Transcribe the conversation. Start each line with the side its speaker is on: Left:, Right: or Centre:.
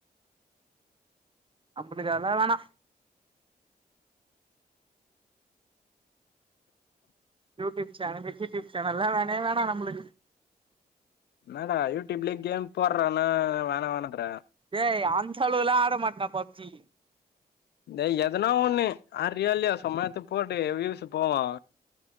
Right: அப்டிதல்லா வேணா யூடியூப் சேனல் கியூடியூப் சேனல்லா வேணவே வேண நம்முளுக்கு
Left: என்னடா யூடூப்லயே கேம் போறன வேணா வேணாண்ற
Right: டேய் அந்த அளவுலாம் ஆட மாட்டேன்டா பப்ஜி
Left: டேய் எதனா ஒண்ணு அறியோ இல்லயோ சும்மா எத்து போட்டுட வியூஸ்ஸு போவுன்